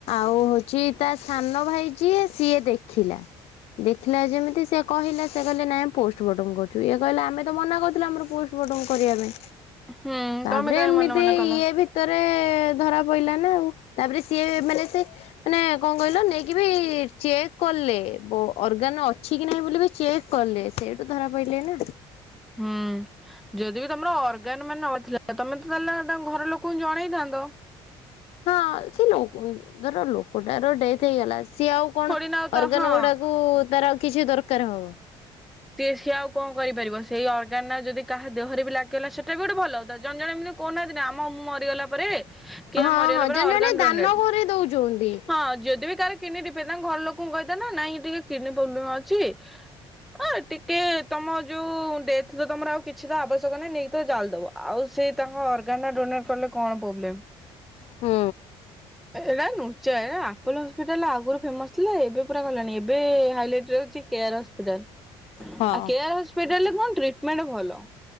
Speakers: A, on the left (about 70°); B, in the centre.
A: ହଉ ହଉଛି ତା ସାନ ଭାଇ ଯିଏ ସିଏ ଦେଖିଲା ଦେଖିଲା ଯେମିତି ସେ କହିଲା ସେ କହିଲେ ନାଇଁ ପୋଷ୍ଟମର୍ଟମ କରୁଛୁ ଇଏ କହିଲା ଆମେ ତ ମନା କରିଥିଲୁ ଆମର ପୋଷ୍ଟମର୍ଟମ କଣ କରିବା ପାଇଁ
B: ହୁଁ
A: ତାପରେ
B: ତମେ କାହିଁ
A: ଏମିତି
B: ମନେ ମନେ କଲ।
A: ଇଏ ଭିତରେ ଏ ଧରା ପଇଲ ନା ଆଉ। ତାପରେ ସିଏ ମାନେ ସେ ମାନେ କଣ କହିଲ ନେଇକି ବି ଚେକ୍ କଲେ ବ ଅର୍ଗାନ୍ ଅଛି କି ନାହିଁ ବୋଲି ବି ଚେକ୍ କଲେ ସେଇଠୁ ଧରା ପଡ଼ିଲେ ନା।
B: ହୁଁ ଯଦି ତମର ଅର୍ଗାନ ମାନ ନଥିଲା ତମେ ତ ତାହେଲେ ତା ଘର ଲୋକଙ୍କୁ ଜଣେଇଥାନ୍ତ।
A: ହଁ ସେ ଲୋକ ଧର ଲୋକଟାର ଡେଥ ହେଇଗଲା। ସିଏ ଆଉ କଣ
B: ଥୋଡି ନା ଆଉ ତ
A: ଅର୍ଗାନ
B: ହଁ।
A: ଗୁଡାକୁ ତାର କିଛି ଦରକାର ହବ।
B: ସିଏ ସିଏ ଆଉ କଣ? କରିପାରିବ ସେଇ ଅର୍ଗାନା ଯଦି କାହା ଦେହରେ ବି ଲାଗିଗଲା ସେଟା ବି ଗୋଟେ ଭଲ କଥା ଜଣେ ଜଣେ ଏମିତି କହୁହାନ୍ତି ନା ଆମ ମରିଗଲାପରେ କିଏ
A: ହଁ
B: ମରିଗଲା
A: ହଁ
B: ପରେ
A: ଜଣେ
B: ଅରଗାନ
A: ଜଣେ
B: ଡୋନେଟେ
A: ଦାନ କରି ଦଉଛନ୍ତି।
B: ହଁ ଯଦି ବିି କାହାର କିଡ଼ନୀ ଡ଼ିଫେକ୍ଟ ତାଙ୍କ ଘର ଲୋକଙ୍କୁ କହିଥାନ୍ତ ନାଇଁ ଟିକେ କିଡ଼ନୀ ପ୍ରୋବ୍ଲେମ ଅଛି। ହ ଟିକେ ତମ ଯୋଉ ଡେଥ ତ ତମର ଆଉ କିଛି ତ ଆବଶ୍ୟକ ନାହିଁ ନେଇକି ତ ଜାଲିଦବ ଆଉ ସେ ତାଙ୍କ ଅର୍ଗାନା ଡୋନେଟ କଲେ କଣ ପ୍ରୋବ୍ଲେମ।
A: ହୁଁ।
B: ଏଇଟା ନୁଚାଏ ଆପୋଲୋ ହସ୍ପିଟାଲ ଆଗରୁ ଫେମସ ଥିଲା ଏବେ ପୁରା ଗଲାଣି ଏବେ ହାଇଲାଇଟିରେ ଉଛି କେୟାର ହସ୍ପିଟାଲ
A: ହଁ
B: ଆ କେୟାର ହସ୍ପିଟାଲ ରେ କଣ ଟ୍ରିଟମେଣ୍ଟ ଭଲ।